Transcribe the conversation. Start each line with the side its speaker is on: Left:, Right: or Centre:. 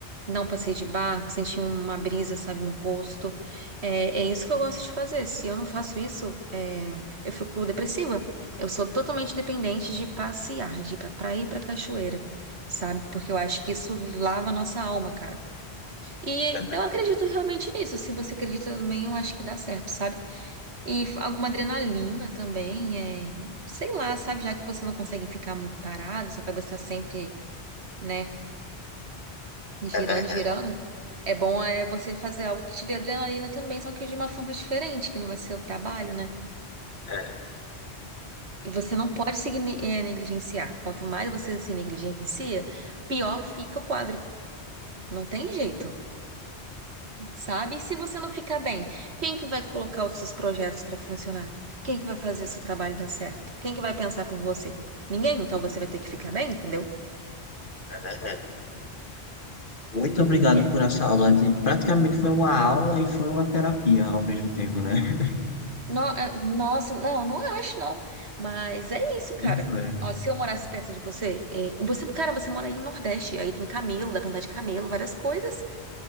Right: dar um passeio de barco, sentir uma brisa, sabe, no rosto. É, é isso que eu gosto de fazer. Se eu não faço isso, é, eu fico depressiva. Eu sou totalmente dependente de passear, de ir pra praia e pra cachoeira, sabe? Porque eu acho que isso lava a nossa alma, cara. E
Left: é ver-
Right: eu acredito realmente nisso. Se você acredita também, eu acho que dá certo, sabe? E f- alguma adrenalina também, é, sei lá, sabe? Já que você não consegue ficar muito parado, sua cabeça tá sempre, né, girando,
Left: é verdade.
Right: girando. É bom é você fazer algo que te dê adrenalina também, só que de uma forma diferente, que não vai ser o trabalho, né?
Left: É
Right: E você não pode se gni- eh, negligenciar. Quanto mais você se negligencia, pior fica o quadro. Não tem jeito. sabe? E se você não ficar bem, quem que vai colocar os seus projetos para funcionar? Quem que vai fazer seu trabalho dar certo? Quem que vai pensar por você? Ninguém, então você vai ter que ficar bem, entendeu?
Left: É verdade. Muito
Right: E
Left: obrigado
Right: é.
Left: por essa aula de... Praticamente foi uma aula e foi uma terapia ao mesmo tempo, né? <laughs>
Right: No- é, nossa, não, não acho, não. Mas é
Left: Pra
Right: isso, cara.
Left: mim foi.
Right: Ó, se eu morasse perto de você, é, você, cara, você mora aí no Nordeste, aí tem camelo, dá pra andar de camelo, várias coisas.